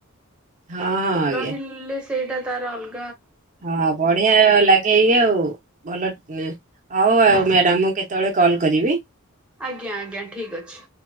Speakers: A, on the right; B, in the centre.
A: ହଁ ହଁ ଆଜ୍ଞା
B: ରହିଲେ ସେଇଟା ତାର ଅଲ
A: ହଁ ବଢିଆ ଲାଗେଇ ଆଉ। ଭଲ ହଉ ଆଉ ମ୍ୟାଡାମ ମୁଁ କେତେବେଳେ କଲ୍ କରିବି।
B: ଆଜ୍ଞା ଆଜ୍ଞା ଠିକ ଅଛି।